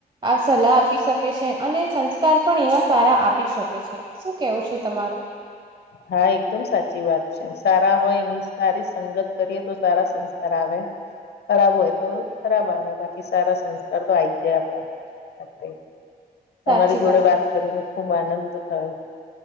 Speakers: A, on the right (about 30°); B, on the left (about 75°).
A: આ સલાહ આપી સકે છે. અને સંસ્કાર પણ એવા સારા આપી શકે છે, શું કેવું છે તમારું?
B: હા, એકદમ સાચી વાત છે. સારા હોય એની સારી સંગત કરીએ તો સારા સંસ્કાર આવે. ખરાબ હોય તો ખરાબ આવે બાકી સારા સંસ્કાર તો આઈ જ જાય આપડામાં. <unintelligible> તમારી
A: સાચી
B: જોડે વાત
A: છે.
B: કરીને ખુબ આનંદ થયો.